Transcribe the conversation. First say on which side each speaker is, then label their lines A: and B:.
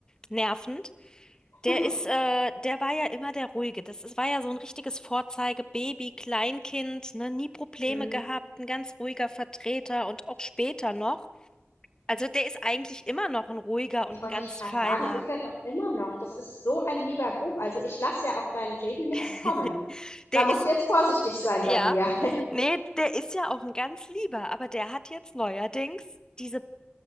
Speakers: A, on the left; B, on the left.
A: nervend.
B: <laughs>
A: Der ist, äh, der war ja immer der Ruhige. Das ist, war ja so ein richtiges Vorzeigebaby, Kleinkind, ne, nie Probleme
B: Mhm.
A: gehabt, ein ganz ruhiger Vertreter und auch später noch. Also der ist eigentlich immer noch ein ruhiger
B: Jetzt
A: und
B: wollte
A: ein ganz
B: ich gerade
A: feiner.
B: sagen, ist er doch immer noch. Das ist so ein lieber Bub. Also ich lasse ja auf deinen Jaden nix
A: <laughs>
B: kommen. Da
A: Der
B: musst
A: ist,
B: du jetzt vorsichtig sein
A: ja,
B: bei mir.
A: <laughs> nee, der ist ja auch ein ganz lieber, aber der hat jetzt neuerdings diese